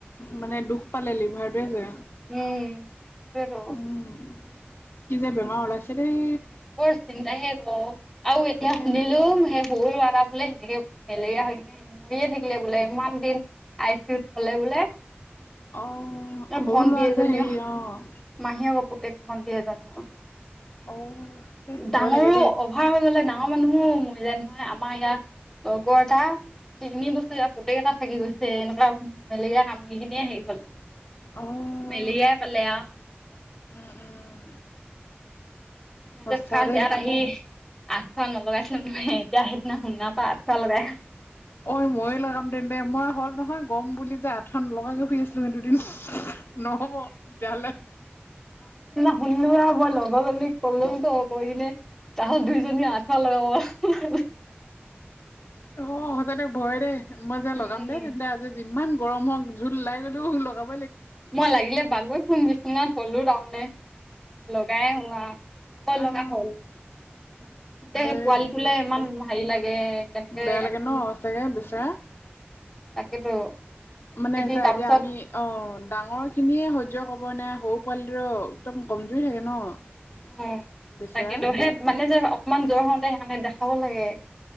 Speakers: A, on the left; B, in the centre.
A: মানে দুখ পালে লিভাৰটোৱে যে।
B: উম, সেইটোৱেটো।
A: উম, কি যে বেমাৰ ওলাইছে দেই।
B: বৰ চিন্তা হে ঘৰৰ আৰু এতিয়া
A: সঁচাকে
B: শুনিলো সেই বড়ো ল'ৰা এটা বোলে সেনেকে মেলেৰিয়া হৈ কিনে মৰিয়ে থাকিলে বোলে ইমান দিন আই চি ইউ থ'লে বোলে। বলে
A: অ',
B: এই
A: সৰু
B: ভণ্টি
A: ল'ৰা
B: এজনীও
A: যে হেৰি অ',
B: মাহীয়েক তেক ভণ্টি এজনী অ'
A: অ',
B: ডাঙৰো
A: ভয় লাগে দেই
B: অভাৰ হৈ গ'লে না ডাঙৰ মানুহো মৰিলে নহয় আমাৰ ইয়াত তগৰ দা। তিনি বছৰীয়া পুতেক এটা থাকি গৈছে। এনেকুৱা মেলেৰিয়া কামৰিখিনিয়ে হেৰি হ'ল।
A: অ',
B: মেলিয়াই পালেয়া।
A: উম, উম।
B: মই
A: সঁচা
B: যে ফাৰ্ষ্ট
A: দেই
B: ইয়াত আহি। আঠুৱা নলগাইছিলো নহয়। এতিয়া সেইদিনা শুনা পা আঠুৱা লগাই
A: ঐ ময়ে লগাম তেন্তে, মই হ'ল নহয় গ'ম বুলি ফন লগাইে শুই আছিলো কিন্ত দুদিন নহ'ব। তেতিয়া হ'লে
B: ভুললো আৰু মই লগৰজনীক ক'লো তো কৰি কিনে তাহাত দুইজনীয়ে আঠু লগাব
A: অ'। অ সঁচা দে ভয় দেই মই
B: উম
A: যে লগাম দেই তেন্তে আজি যিমান গৰম হওক জোল ওলাই গ'লেও লগাম।
B: মই লাগিলে বাগৰি শুম বিচনাত হ'লও তাৰমানে। লগাই আহো আহ, হ'ল
A: অ'
B: লগাই হ'ল।
A: হয় <unintelligible>
B: তে হেই পোৱালিটোলে ইমান
A: সঁচাকে
B: হেৰি লাগে। কেনেকে
A: বেয়া লাগে ন সঁচাকে বিচৰা
B: তাকেতো।
A: মানে
B: এতি
A: চা
B: তাৰপিছত
A: এতিয়া আমি অ' ডাঙৰ খিনিয়ে হয় তোৱে কব নোৱাৰে, সৰু পোৱালি ৰ একদম কমজুৰি থাকে ন।
B: উ
A: বেচেৰা
B: তাকেতো সেই মানে যে অকমান জ্বৰ হওঁতে সেই কাৰনে দেখাব লাগে।